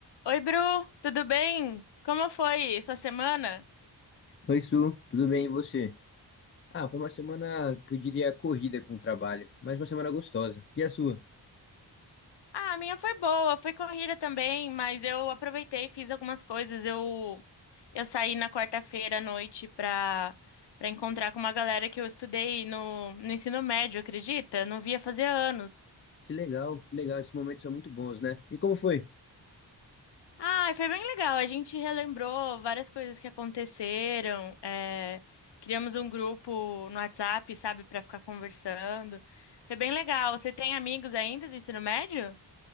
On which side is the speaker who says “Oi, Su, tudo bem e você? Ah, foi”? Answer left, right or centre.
Left